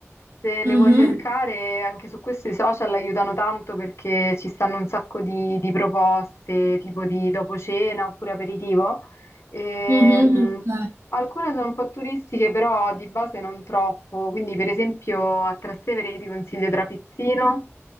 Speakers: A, on the left; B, on the right.
A: se le
B: Mhm.
A: vuoi cercare anche su questi social aiutano tanto perché ci stanno un sacco di, di proposte tipo di dopo cena oppure aperitivo. Ehm,
B: Mhm, Ok.
A: Alcune sono un po' turistiche, però di base non troppo. Quindi, per esempio, a Trastevere io ti consiglio Trapizzino,